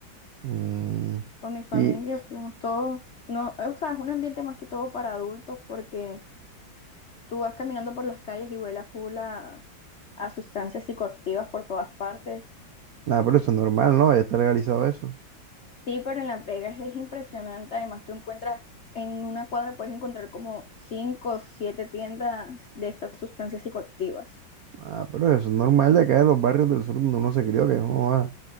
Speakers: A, on the right; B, on the left.
A: Mm,
B: con mi familia
A: y
B: fuimos todos. No, eh, o sea, es un ambiente más que todo para adultos porque Tú vas caminando por las calles y huele a full a, a sustancias psicoactivas por todas partes.
A: nada, pero eso es normal, ¿no? Ya está legalizado eso.
B: Sí, pero en Las Vegas es impresionante. Además, tú encuentras en una cuadra puedes encontrar como cinco o siete tiendas de estas sustancias psicoactivas.
A: Ah, pero eso es normal de acá de los barrios del sur donde uno se crió, que no, ah,